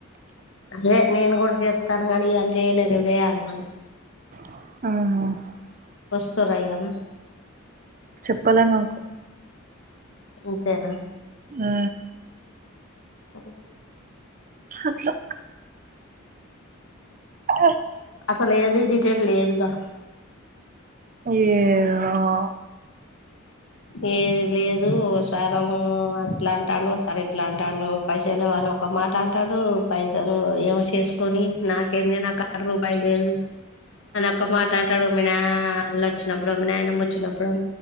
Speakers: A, on the left; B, on the right.
A: అదే నేను కూడా చెతను కాగానీ ఇవాళ చేయలేదు వేయాలి మళ్ళ
B: ఆహ
A: వస్తుర ఇయ్యాల
B: చెప్పలే నాకు
A: అంతేనా
B: ఆ
A: ఓ
B: అట్లా అ
A: అసలు ఏది డీటెయిల్ లేదుగా
B: ఏమో
A: ఏది లేదు ఓసారెమో అట్లాంటన్నావ్ ఒకసారి ఇట్లాంటన్నావ్ పైసలు వాని ఒక మాట అంటాడు పైసలు ఏమో చేసుకొని నాకేంది నాకడా రూపాయి లేదు అని ఒక్క మాట అంటాడు మీ నా ఆళ్ళు వచ్చినప్ఫు మీ నయనమ్మ వచ్చినప్పుడు